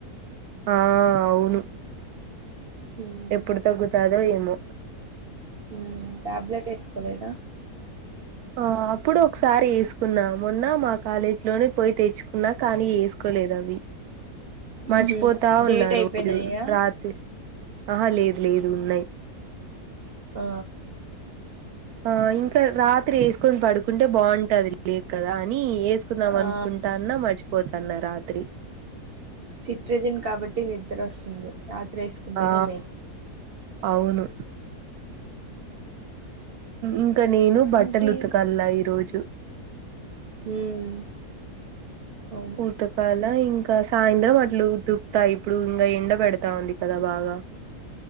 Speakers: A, on the right; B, on the right.
A: ఆ అవును
B: ఉమ్
A: ఎప్పుడు తగ్గుతాదొ ఏమో
B: హ్మ్ టాబ్లెట్ ఏస్కోలేదా
A: ఆ అప్పుడు ఒకసారి ఎస్కున్నా మొన్న మా కాలేజ్ లోనే పోయి తెచ్చుకున్నా కానీ ఏస్కో లేద అవి మర్చిపోతా
B: ఉహు డేట్
A: ఉన్నారు
B: అయిపోయినాయా
A: రోజు రాత్రి ఆహా లేదు లేదు ఉన్నాయ్
B: ఆ
A: ఆ ఇంకా రాత్రి ఏసుకొని పడుకుంటే బాంటది లే కదా అని ఏసుకుందాం
B: ఆ
A: అనుకుంటాన్న మర్చిపోతాన్న రాత్రి
B: సిట్రిజిన్ కాబట్టి నిద్దర ఒస్తుంది రాత్రి ఏస్కుంటేనె
A: ఆ
B: మేలు
A: అవును ఇంకా నేను బట్టలు
B: ఇంకే
A: ఉతకల్లా ఈ రోజు
B: ఉమ్ అవును
A: ఉతకాల ఇం ఇంకా సాయంత్రం అట్లా ఉతుప్త ఇప్పుడు ఇంగ ఎండ పెడతా ఉంది కదా బాగా